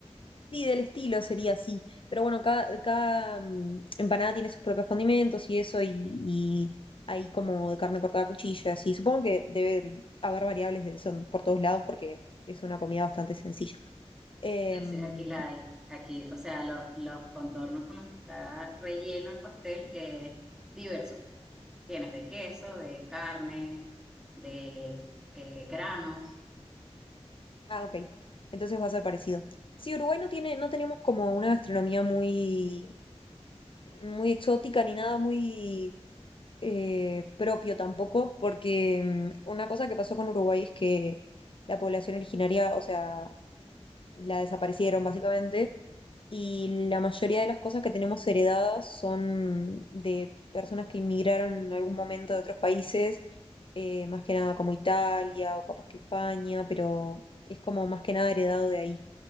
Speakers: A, on the left (about 50°); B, in the centre.
A: Sí, del estilo sería así. Pero bueno, cada, cada mm, empanada tiene sus propios condimentos y eso, y, y hay como de carne cortada a cuchillo, y así. Supongo que debe mm, haber variables de, son por todos lados porque es una comida bastante sencilla. Em,
B: Sí, sí, aquí la hay. Aquí, o sea, los, los contornos con los que está relleno el pastel es diverso. Tienes de queso, de carne, de eh, granos.
A: ah, ok. Entonces va a ser parecido. Sí, Uruguay no tiene, no tenemos como una gastronomía muy, muy exótica ni nada muy eh, propio tampoco, porque mm, una cosa que pasó con Uruguay es que la población originaria, o sea, la desaparecieron básicamente y la mayoría de las cosas que tenemos heredadas son de personas que inmigraron en algún momento de otros países, eh, más que nada como Italia o capaz que España, pero es como más que nada heredado de ahí.